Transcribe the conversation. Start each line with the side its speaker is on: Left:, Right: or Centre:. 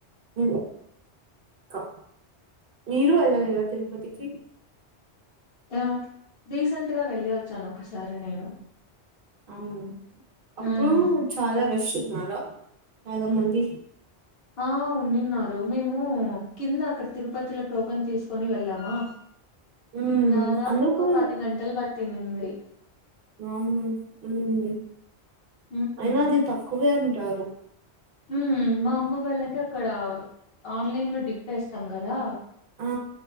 Right: ఇంగ కా మీరు వెళ్ళలేదా తిరుపతికి
Left: ఆ రీసెంట్గా వెళ్ళి వచ్చాను ఒకసారి నేను
Right: అవును. అప్పుడు
Left: హ్మ్.
Right: చాలా రష్ వస్తున్నారా చాలా మంది
Left: ఆ ఉన్నిన్నారు మేము కింద అక్కడ తిరుపతిలో టోకన్ తీసుకొని వెళ్ళామా
Right: ఉమ్
Left: దాదాపు
Right: అందుకు
Left: ఒక పది గంటలు పట్టిన్నింది.
Right: వామ్మో ఎందిది.
Left: ఉహు
Right: అయినా అది తక్కువే అంటారు.
Left: మ్. మా అమ్మ వాళ్ళకి అక్కడ ఆన్లైన్ లో డిప్పే ఇస్తాం కదా
Right: ఆ ఆ